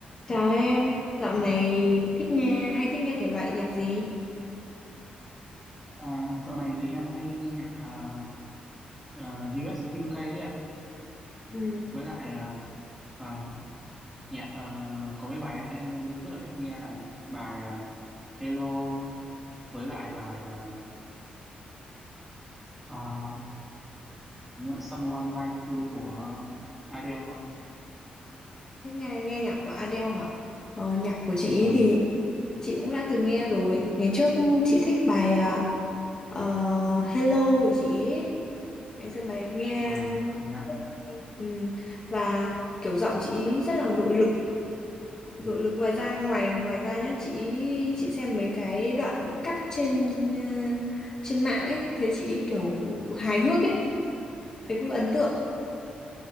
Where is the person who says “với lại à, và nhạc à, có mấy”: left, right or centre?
Centre